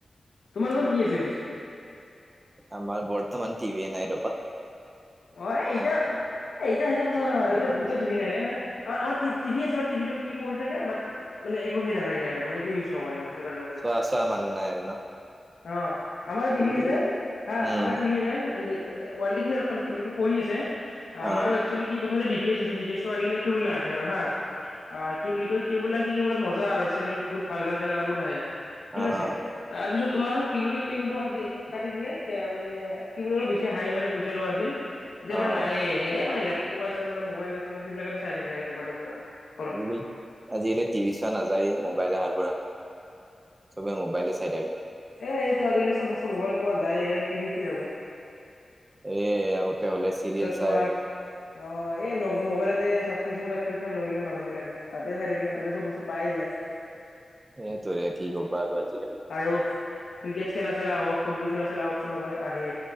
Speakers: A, on the left; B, on the right.
A: তোমালোকৰ
B: সেইটোৱে
A: কি আছে পিছে
B: আমাৰ বৰ্তমান টিভিয়ে নাই ৰবা।
A: অ
B: আমাৰ
A: এতিয়া এই এতিয়া সেইটো সঁচা কথা আৰু এতিয়া বহুতৰ টিভি নাই মানে আমাৰ টিভি আছে টিভিটো কি পৰি থাকে বাত একো সেই নাথাকে আৰু মানে একো ইউজ নকৰে আৰু। সেনেকুৱা টাইপৰ হৈ
B: চোৱা
A: থাকে
B: চোৱা মানুহ নাই আৰু ন?
A: অ আমাৰো টিভি
B: উম
A: আছে হা আমাৰ টিভি আছে ৱাল টিভি আৰু কি বুলি কয় পৰি আছে আমাৰো
B: অ',
A: এক্কচুৱেলী কি ডি টি এইছ প্ৰথমতে ডি টি এইছটো কেবুল লাগাই ছিল আৰু হা, অ কি বুলি কয় কেবুল লাইনটো কি মানে মজা আৰু চেনেল বহুত ভাল ভাল চেনেল বহুত আহে। ঠিক
B: অ',
A: আছে
B: অ',
A: তাৰপিছত তোমাৰ কি বুলি কয় কেবুলটো কাটি কাটি দিলে মানে কেবুলৰ অলপ বেছি হাই মানে পইচা লোৱা হৈছিল। তেতিয়াৰ
B: অ',
A: পৰা নাইয়ে, এই মানে লেপটপ আছে মানে মোবাইল আছে সেইবিলাকতে চাই থাকে আৰু এনেকুৱা টাইপৰ আৰু। ঘৰত
B: আজিকালি আজিকালি টিভি চোৱা নাযায়েই মোবাইল আহাৰ পৰা। চবে মোবাইলে চাই থাকে।
A: এ এইটো আজিকালি চব বস্তু মোবাইলত পোৱা যায়ে টিভিত কি চাব।
B: এ আগতে হলে চিৰিয়েল
A: তোমাৰ
B: চাই।
A: অ এই মোবাইলতে ছাবছক্ৰিপশন চাবছক্ৰিপশন লৈ লয় মানুহ বিলাকে তাতে চাই থাকে তাতে চব বস্তু পাইয়ে যায়। <inaudible>
B: এই তোৰে কি কবা আজি।
A: আৰু ক্ৰিকেট খেলা চেলা হওক, ফুটবল খেলা চেলা হওক, চব মোবাইলত আহে